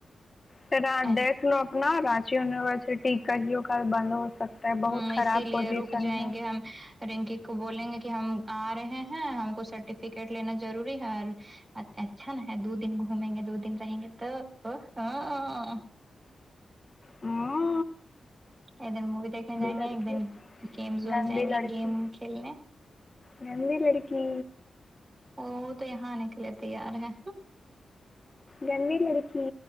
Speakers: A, on the left; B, on the right.
A: پھر آج
B: ایسے
A: دیکھ لو اپنا رانچی یونیورسٹی کہیں وہ کل بند ہو سکتا بہت
B: ہاں
A: خراب
B: اسی لیے
A: پوزیشن
B: رک جائیں
A: ہے
B: گے ہم رنکی کو بولیں گے کہ ہم آ رہے ہیں ہم کو سرٹیفکیٹ لینا ضروری ہے اور اچ اچھا نا ہے دو دن گھومیں گے دو دن رہیں گے تو تو ہاں
A: ہوں
B: ایک دن مووی دیکھنے جائیں
A: لڑکی
B: گے ایک دن گیم زون
A: گندی
B: جائیں گے
A: لڑکی
B: گیم کھیلنے
A: گندی لڑکی
B: وہ تو یہاں آ نے کے لیے تیار ہے
A: گندی لڑکی